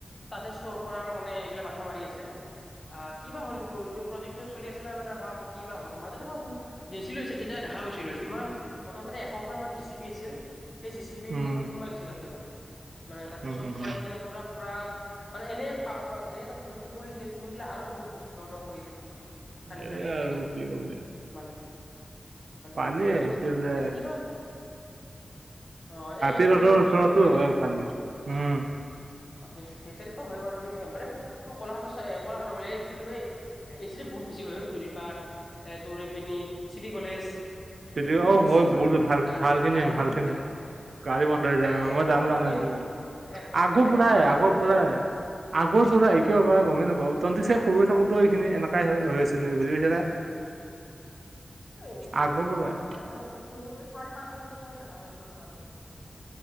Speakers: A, on the left; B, on the right.
A: তাতে ষ্টৰ কৰাৰ মানে এইগিলা মাথা মাৰি আছে। অ কিবা হ'লটো এইটো প্ৰজেক্টো চলি আছে নাই না কিবা হ'ল। মাজতে মই গেছিলোঁ তেতিয়া দেখা পাইছিলো ইমান মোটামুটি এশখন মান জে চি পি আছিল। সেই জে চি পি
B: উম
A: মাখান সোমাই দিছে তাতে মানে, মানে তাতে
B: উম
A: চব
B: উম
A: সোমাই
B: উম
A: দি কেনে পুৰা পুৰা মানে এনেই পাপ এনে ধৰ পুখুৰী আছে পুখুৰীবিলাক আৰু বহুত দ' দ' কৰি আছে পুখুৰী বিলাক। খান্দি
B: এ
A: খান্দি খান্দি
B: আৰু কি কবি
A: মানে
B: পানী
A: সেইটোৱেটো
B: আহিছে যে
A: কিবা অ এই এতিয়া
B: এই ৰড
A: যে
B: ওচৰতো
A: যোৰাবাটৰ চাইডে
B: হয় পানী। উম
A: অ সেই চাইডেতো হয় বাৰু মানে, ক'লাহাটৰ ক'লাহাটৰ বুলে এই কি বুলি কয় এই এই চাইডে বহুত বেছি হয় হেৰি পাৰ এ তোৰ পিনে চিটি কলেজ এইপিনি
B: চিটি দখৰ
A: বহুত বেছি
B: হয় বহুত
A: এইপিনি
B: ভাল
A: গাড়ী
B: ভাল খিনিয়ে
A: গাড়ী
B: ভাল
A: বন্ধি
B: খিনি।
A: যায়
B: গাড়ী বন্ধ হৈ যায়।
A: আৰে
B: অ
A: এক
B: মই
A: কমৰ
B: জানো জানো
A: পানী
B: সেইখিনি জানো।
A: এক
B: আগৰ
A: এক
B: পৰাই
A: কমৰ পানী
B: আগৰ
A: হৈ
B: পৰাই।
A: যায় অ
B: আগৰ পৰাই কিয় বা গমেই নাপাওঁ। তহঁতি চাগে সৰু থাকোতেও এইখিনি এনেকাই হৈছিলে বুজি পাইছা না?
A: এ
B: আগৰ
A: একদম
B: পৰাই
A: আগতে দেখা নাছিলো, এই চাৰি পাঁচ ছয় বছৰ মানে দেখা পাই আছো পানী চানি বিলাক।